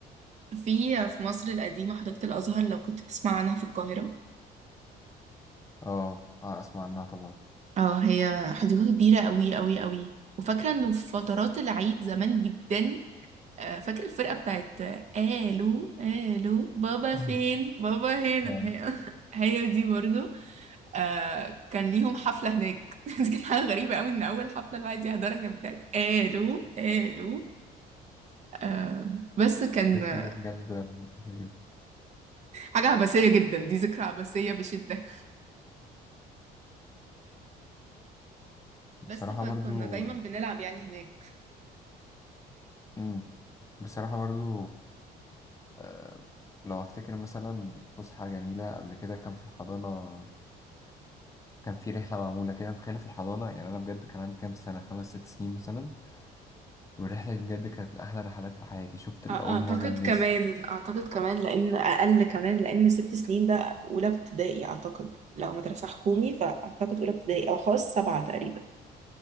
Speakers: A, on the right; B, on the left.
A: في في مصر القديمة حديقة الأزهر لو كنت تسمع عنها في القاهرة
B: اه اه اسمع عنها طبعا
A: اه هي حديقة كبيرة أوي أوي أوي وفاكرة إنه في فترات العيد زمان جدا آه، فاكر الفرقة بتاعت آه، الو الو بابا
B: <clears throat>
A: فين بابا هنا
B: آه.
A: هي, <laughs> هي دي برضو آه كان ليهم حفلة هناك <laughs> دي كانت حاجة غريبة قوي ان اول حفلة الواحد يحضرها كانت بتاعت الو الو آه بس كان
B: دي
A: آه،
B: حاجة بجد مفيدة جدا.
A: حاجة عبثية جدا دي ذكرى عبثية بشدة
B: بصراحة
A: بس فكنا
B: برضو
A: دايما بنلعب يعني هناك
B: مم. بصراحة برضو آه، لو أفتكر مثلا فسحة جميلة قبل كده كان في الحضانة كان في رحلة معمولة كده متخيلة في الحضانة يعني أنا بجد كان عندي كام سنة خمس ست سنين مثلا والرحلة دي بجد كانت من أحلى رحلات في حياتي شفت لأول
A: أ- اعتقد
B: مرة النسر
A: كمان اعتقد كمان لان اقل كمان لان ست سنين ده اولى ابتدائي اعتقد لو مدرسه حكومي فاعتقد اولى ابتدائي او خاص سبعه تقريبا